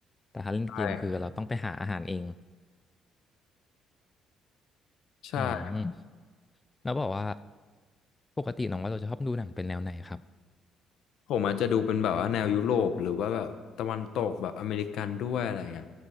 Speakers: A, on the left; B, on the left.
A: แต่ถ้าเล่นเกมคือเราต้องไปหาอาหารเอง
B: ใช่ครับ
A: อืมแล้วบอกว่าปกติน้องว่าเราจะชอบดูหนังเป็นแนวไหนครับ
B: ผมอาจจะดูเป็นแบบว่าแนวยุโรปหรือว่าแบบตะวันตกแบบอเมริกันด้วยอะไรเงี้ย